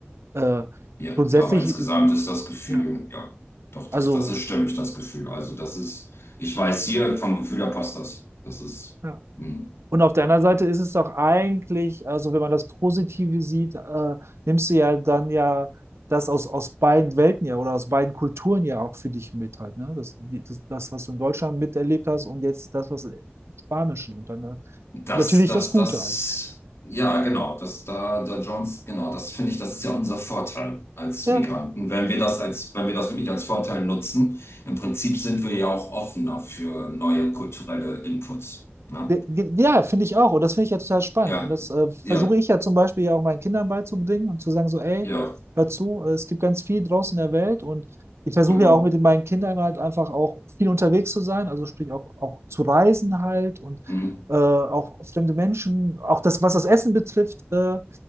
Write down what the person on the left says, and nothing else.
ja.
Aber insgesamt
ist das Gefühl,
ja, doch, das,
das ist stimmig, das Gefühl. Also das ist, ich weiß hier vom Gefühl, da passt das. Das ist,
hm.
Das,
das,
das,
ja, genau, das da, da Jones, genau, das finde ich, das ist ja unser Vorteil als
Migranten. Wenn wir das als, wenn wir das wirklich als Vorteil nutzen, im Prinzip sind wir ja auch offener für neue kulturelle Inputs. Ne?
Ja,
ja,
ja,
genau.
Mhm.